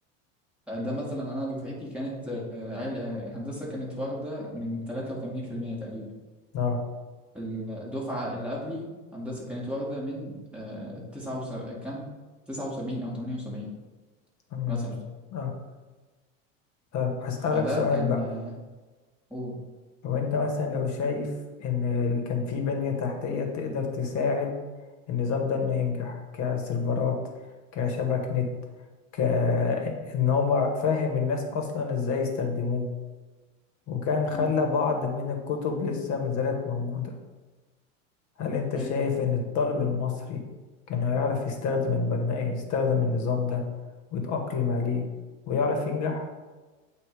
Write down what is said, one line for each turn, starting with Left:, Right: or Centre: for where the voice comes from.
Centre: آه، ده مثلا انا دفعتي كانت آه، عل- آه، هندسه كانت واخده من 83% تقريبا
Left: اه
Centre: الدفعه اللي قبلي هندسه كانت واخده من آه، تسعة وس... كام 79 او 78
Left: تمام
Centre: مثلا
Left: يا أستاذ. اه طب هسألك
Centre: فده
Left: سؤال
Centre: كان
Left: بقى
Centre: آه، قول
Left: لو انت مثلا لو شايف ان ال- كان في بنية تحتية تقدر تساعد النظام ده انه ينجح كسيرفرات كشبك نت كان هو فاهم الناس اصلا ازاي يستخدموه وكان خلى
Centre: مم.
Left: بعض من الكتب لسه ما زالت موجودة هل أنت
Centre: ايوه
Left: شايف إن الطالب المصري كان هيعرف يستخدم البرنامج يستخدم النظام ده ويتأقلم عليه ويعرف ينجح؟